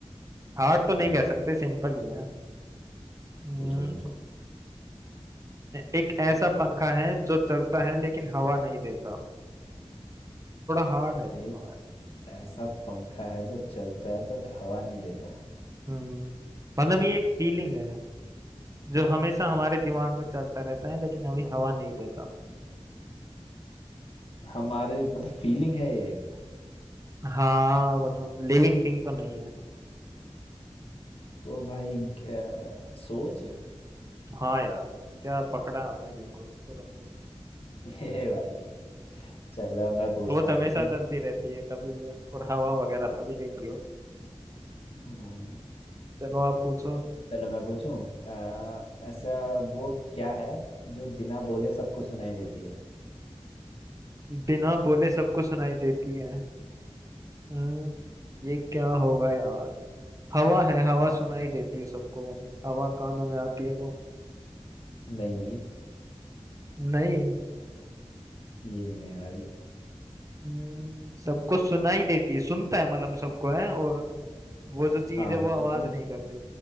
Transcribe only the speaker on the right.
हार्ड तो
नहीं कह
सकते सिंपल ही है हम्म
एक ऐसा पंखा है जो चलता है लेकिन हवा नहीं देता थोड़ा हार्ड है
मतलब ऐसा
हम्म मतलब ये एक फीलिंग है जो हमेशा हमारे दिमाग में चलता रहता है लेकिन अभी हवा नहीं देता
हाँ मतलब लिविंग थिंग तो नहीं है
हाँ यार क्या पकड़ा आपने बिल्कुल तुरंत ही।
सोच
हमेशा
चलती रहती है कभी और हवा वगैरह थोड़ी देती हो
चलो आप पूछो
बिना बोले सबको सुनाई देती है हम्म, ये क्या होगा यार हवा है हवा सुनाई देती है सबको मतलब हवा कानों में आती है तो
नहीं
हम्म, सबको सुनाई देती है सुनता है मतलब सबको है और वो जो चीज
है वो
आवाज
नहीं करती